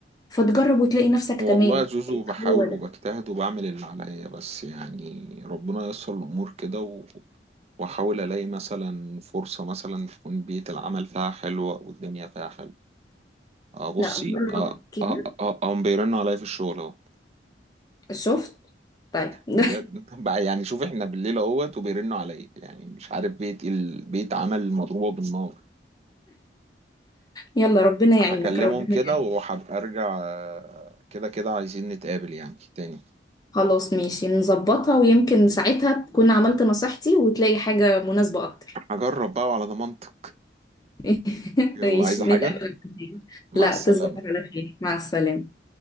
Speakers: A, on the left; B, on the right.
A: فتجرب وتلاقي نفسك
B: والله
A: تمام
B: زوزو بحاول
A: هو ده
B: وبجتهد وبعمل اللي عليا بس يعني ربنا ييسر الأمور كده واحاول الاقي مثلا فرصه مثلا تكون بيئه العمل فيها حلوه والدنيا فيها حلوه اه بصي
A: لا جرب
B: اه
A: كده
B: اه اه آه، هم بيرنوا عليا في الشغل اهو
A: شفت طيب <laughs>
B: بجد <laughs> بقى يعني شوف احنا بالليل اهوت وبيرنوا عليا يعني مش عارف بيت ال... بيت عمل مضروبه بالنار
A: يلا ربنا يعينك
B: هكلمهم
A: ربنا
B: كده
A: يعينك
B: وهبقى ارجع آه، كده كده عايزين نتقابل يعني تاني
A: خلاص ماشي نظبطها ويمكن ساعتها تكون عملت نصيحتي وتلاقي حاجة مناسبة أكتر
B: هجرب بقى على ضمانتك
A: <laughs>
B: يلا
A: ماشي
B: عايزه حاجه
A: نتقابل بعدين.
B: مع
A: لا
B: السلامه
A: تصبح على خير مع السلامة